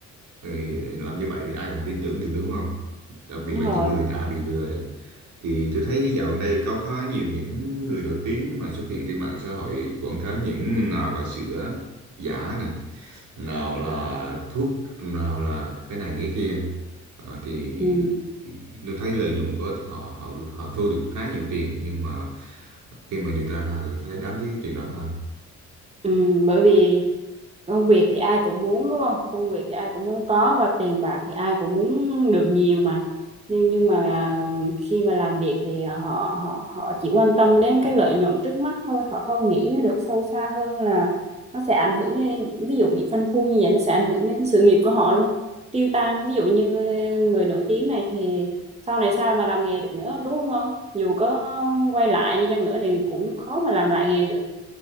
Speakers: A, on the right; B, on the right.
A: ừ, làm như vậy thì ai còn tin tưởng được đúng không? Đặc biệt
B: đúng
A: là
B: rồi
A: những người đã bị lừa được. Thì tôi thấy dạo gần đây có khá nhiều những người nổi tiếng mà xuất hiện trên mạng xã hội quảng cáo những nào là sữa giả này, nào là thuốc, nào là cái này cái kia. Ờ, thì
B: ừ.
A: tôi thấy lợi nhuận của họ họ họ thu được khá nhiều tiền nhưng mà khi mà điều tra ra thì thấy đáng tiếc cái chuyện đó ha.
B: Ừ, bởi vì công việc thì ai cũng muốn đúng không? Công việc thì ai cũng muốn có và tiền bạc thì ai cũng muốn được nhiều mà. Nhưng nhưng mà à, khi mà làm việc thì họ họ họ chỉ quan tâm đến cái lợi nhuận trước mắt thôi, họ không nghĩ được sâu xa hơn là nó sẽ ảnh hưởng đến ví dụ bị phanh phui như vậy nó sẽ ảnh hưởng đến sự nghiệp của họ luôn. Tiêu tan ví dụ như người nổi tiếng này thì sau này sao mà làm nghề được nữa đúng không? ông? Dù có quay lại đi chăng nữa thì cũng khó mà làm lại nghề được.